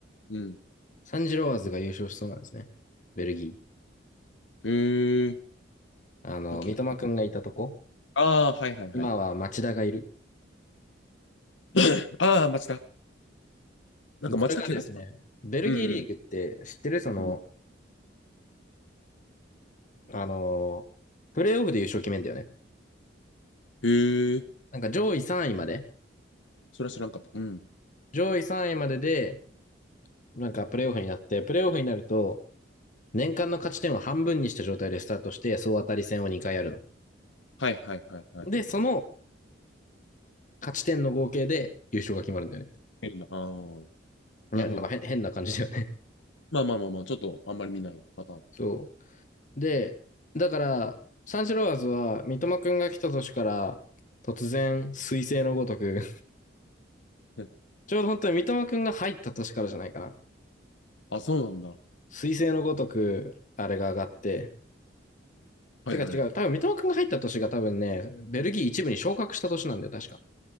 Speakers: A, on the left; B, on the left.
A: うん。
B: サンジロワーズが優勝しそうなんですね。ベルギー。
A: えー、
B: あの、
A: なんか
B: 三笘くんがいたとこ。
A: ああー、はいはいはい。
B: 今は町田がいる。
A: <coughs> ああ、町田。なんか町田怪我した。
B: これがですね、ベルギーリーグって知ってるその、
A: うんうん。うん
B: あの、プレイオフで優勝決めんだよね。
A: へえ、
B: なんか上位3位まで。
A: それは知らんかった。うん。
B: 上位3位までで、なんかプレイオフになって、プレイオフになると、年間の勝ち点を半分にした状態でスタートして、総当たり戦を2回やるの。
A: はいはいはいはい。
B: で、その勝ち点の合計で優勝が決まるんだよね。
A: 出るんだ。ああ、なるほど。
B: いや、なんか変変な感じだよね。
A: まあまあまあまあ、ちょっとあんまり見ないパターン。
B: <laughs> そう。で、だから、サンシロワーズは三笘くんが来た年から突然、彗星のごとく、
A: うん
B: <laughs> ちょうど本当に三笘くんが入った年からじゃないかな。
A: あ、そうなんだ。
B: 彗星のごとく、あれが上がって。
A: はいはい。
B: てか違う、
A: う
B: 多分三笘くんが入った年が多分ね、ベルギー一部に昇格した年なんだよ、確か。